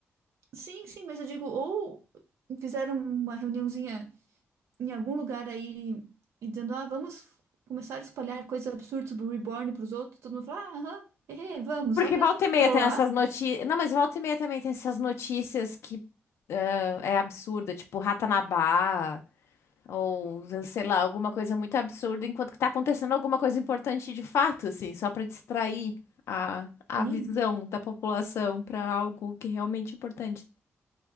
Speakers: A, on the right; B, on the left.
A: sim, sim, mas eu digo, ou fizeram uma reuniãozinha em algum lugar aí e dizendo, ah, vamos começar a espalhar coisas absurdas sobre o Reborn para os outros, todo mundo fala, ah, aham, hehe, vamos,
B: Porque
A: só para
B: volta e meia
A: trollar.
B: tem essas notícias. Não, mas volta e meia também tem essas notícias que ah, é absurda, tipo Ratanabá. Ou, sei lá, alguma coisa muito absurda enquanto que tá acontecendo alguma coisa importante de fato, assim, só pra distrair a, a
A: Sim.
B: visão da população pra algo que é realmente importante.